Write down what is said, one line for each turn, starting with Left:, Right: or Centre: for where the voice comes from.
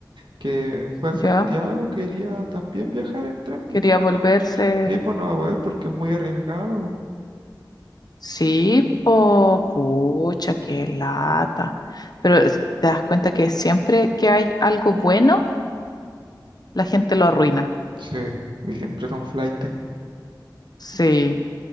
Right: que fue a Santiago,
Left: Ya,
Right: quería también viajar en tren, pues,
Left: quería
Right: pero
Left: volverse.
Right: no, sí, pues no va a poder porque es muy arriesgado.
Left: Sí, po, pucha, qué lata. Pero es- te das cuenta que siempre que hay algo bueno, la gente lo arruina.
Right: Sí, y siempre son flaites.
Left: Sí,